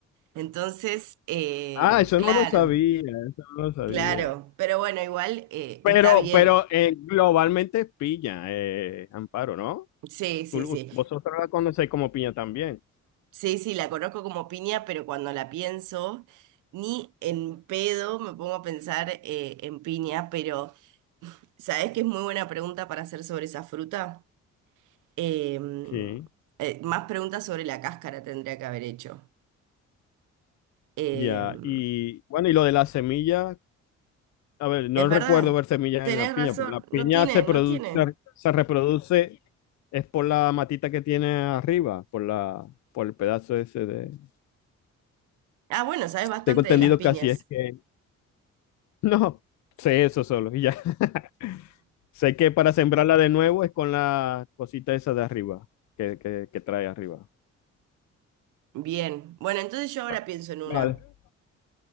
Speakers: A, on the right (about 85°); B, on the left (about 65°).
A: Entonces, eh,
B: ah, eso
A: claro,
B: no lo sabía, eso no lo sabía.
A: claro, pero bueno, igual eh,
B: Pero,
A: está bien.
B: pero eh, globalmente es piña, eh, Amparo, ¿no?
A: Sí, sí,
B: Tú, lo-
A: sí.
B: vosotros la conocéis como piña también.
A: Sí, sí, la conozco como piña, pero cuando la pienso, ni en pedo me pongo a pensar eh, en piña, pero ¿sabés que es muy buena pregunta para hacer sobre esa fruta? Em,
B: Sí,
A: eh, más preguntas sobre la cáscara tendría que haber hecho. Em,
B: ya. Y bueno, y lo de las semillas, a ver, no
A: es verdad,
B: recuerdo ver semillas
A: tenés
B: en la piña,
A: razón,
B: porque la piña
A: no tiene,
B: se produce,
A: no tiene.
B: se reproduce, es por la matita que tiene arriba, por la, por el pedazo ese de.
A: Ah, bueno, sabes bastante
B: Tengo entendido
A: de las piñas.
B: que así es que <laughs> No, sé eso solo y ya. <laughs> Sé que para sembrarla de nuevo es con la cosita esa de arriba, que, que, que trae arriba.
A: Bien, bueno, entonces yo ahora
B: Va,
A: pienso en una.
B: Vale.